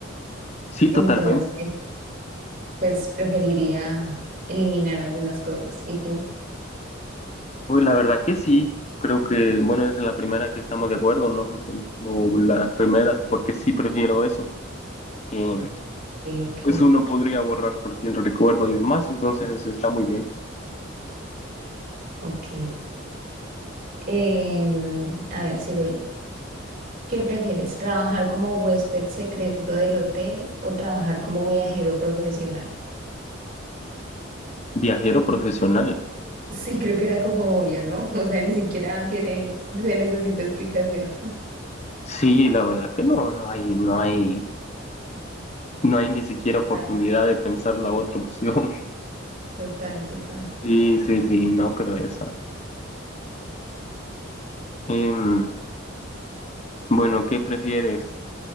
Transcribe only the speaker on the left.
Sí,
totalmente.
Pues la verdad que sí. Creo que, bueno, es la primera que estamos de acuerdo, ¿no? Entonces, o la primera, porque sí prefiero eso. Em,
pues uno podría borrar cualquier recuerdo y demás, entonces está muy bien.
Viajero profesional.
Sí, la verdad que no, no hay, no hay, no hay ni siquiera oportunidad
de pensar la otra opción. <laughs>
Sí, sí, sí, no, pero esa. Em, bueno, ¿qué prefieres?